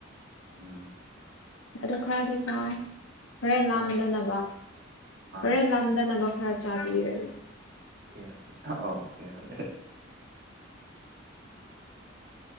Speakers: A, on the right; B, on the left.
A: ꯎꯝ
B: ꯑꯗꯨ ꯈꯔꯗꯤ ꯆꯥꯎ ꯈꯔꯦꯟ ꯂꯥꯝꯗꯅꯕ
A: ꯑꯥ ꯑꯥ
B: ꯍꯣꯔꯦꯟ ꯂꯝꯗꯅꯕ ꯈꯔ ꯆꯥꯕꯤꯔꯦ
A: ꯑꯣꯀꯦ ꯑꯣꯀꯦ ꯑꯣ ꯍꯣꯏ